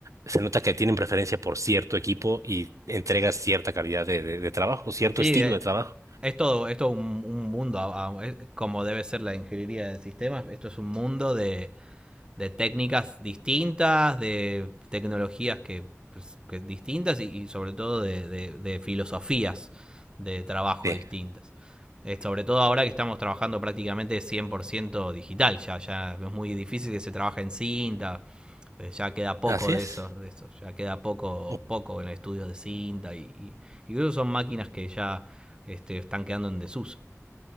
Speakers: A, on the right (about 85°); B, on the right (about 15°).
A: se nota que tienen preferencia por cierto equipo y entregas cierta calidad de de- de trabajo, cierto
B: Sí,
A: estilo
B: eh,
A: de trabajo.
B: es todo, es todo un, un mundo, a- a- es como debe ser la ingeniería de sistemas, esto es un mundo de, de técnicas distintas, de tecnologías que, pues, que distintas y, y sobre todo de, de- de filosofías de trabajo
A: Sí,
B: distintas. Eh, sobre todo ahora que estamos trabajando prácticamente 100% digital, ya, ya es muy difícil que se trabaje en cinta ya queda poco
A: así
B: de
A: es.
B: eso, de eso. Ya queda poco,
A: Oh.
B: poco en estudios de cinta y, y incluso son máquinas que ya este, están quedando en desuso.